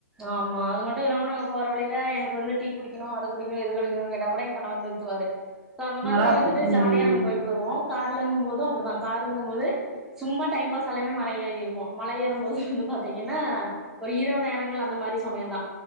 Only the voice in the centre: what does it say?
ஆமா அது மட்டு இல்லாம நாங்க போற வழில எனக்கு வந்து டீ குடிக்கணு அத குடிக்கணு இத குடிக்கணுன்னு கேட்டாக்கூட எ கணவர் நிறுத்துவாரு சோ அந்த
மாதிரி
வந்துட்டு
ஜாலியா நாங்க போயிட்டு வருவோ கார்லங்கும் போது அப்டிதா காருங்கும்போது சும்மா டைம் பாஸ்ஸாலைன்னா மர ஏறிருவோ மல ஏறும் போது வந்து பாத்தீங்கன்னா ஒரு இரவு நேரங்கள்ல அந்த மாரி சமய தா